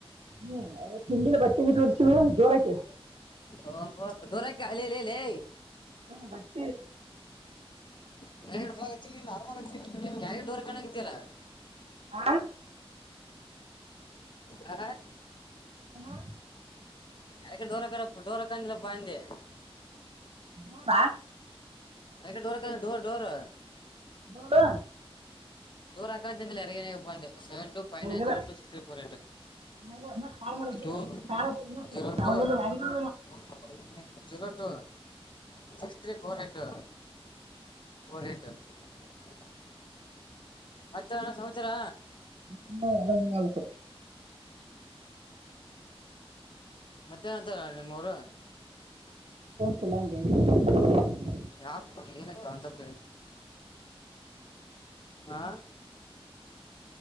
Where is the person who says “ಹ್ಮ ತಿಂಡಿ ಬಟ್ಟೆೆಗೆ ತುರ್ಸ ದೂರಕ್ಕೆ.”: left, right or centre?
Right